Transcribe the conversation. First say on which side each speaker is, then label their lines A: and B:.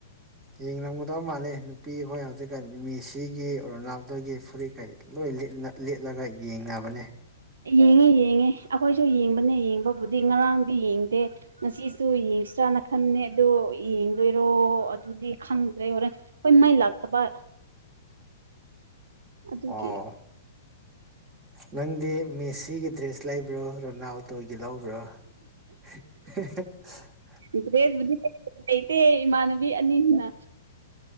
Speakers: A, on the right; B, on the right.
A: ꯌꯦꯡꯉꯝꯒꯗꯕ ꯃꯥꯜꯂꯦ ꯅꯨꯄꯤ ꯑꯩꯈꯣꯏ ꯍꯧꯖꯤꯛꯀꯥꯟ ꯃꯦꯁꯤꯒꯤ ꯔꯣꯅꯥꯜꯗꯣꯒꯤ ꯐꯨꯔꯤꯠꯈꯩ ꯂꯣꯏ ꯂꯤ ꯂꯤꯠꯂꯒ ꯌꯦꯡꯅꯕꯅꯦ
B: ꯌꯦꯡꯉꯦ ꯌꯦꯡꯉꯦ ꯑꯩꯈꯣꯏꯁꯨ ꯌꯦꯡꯕꯅꯦ ꯌꯦꯡꯕꯕꯨꯗꯤ ꯉꯔꯥꯡꯗꯤ ꯌꯦꯡꯗꯦ ꯉꯁꯤꯁꯨ ꯌꯦ ꯏꯁꯇꯥꯅ ꯈꯅꯦ ꯑꯗꯨ ꯗꯣꯏꯔꯣ ꯑꯗꯨꯗꯤ ꯈꯪꯗ꯭ꯔꯦ ꯍꯣꯔꯦꯟ ꯑꯩꯈꯣꯏ ꯃꯥꯏ ꯂꯥꯛꯇꯕ ꯑꯗꯨꯒꯤ
A: ꯑꯣ ꯅꯪꯗꯤ ꯃꯦꯁꯤꯒꯤ ꯗ꯭ꯔꯦꯁ ꯂꯩꯕ꯭ꯔꯣ ꯔꯣꯅꯥꯜꯗꯣꯒꯤ ꯂꯧꯕ꯭ꯔꯣ <unintelligible>
B: ꯭ꯔꯦꯖꯕꯨꯗꯤ ꯂꯩꯇꯦ ꯏꯃꯥꯟꯅꯕꯤ ꯑꯅꯤꯁꯤꯅ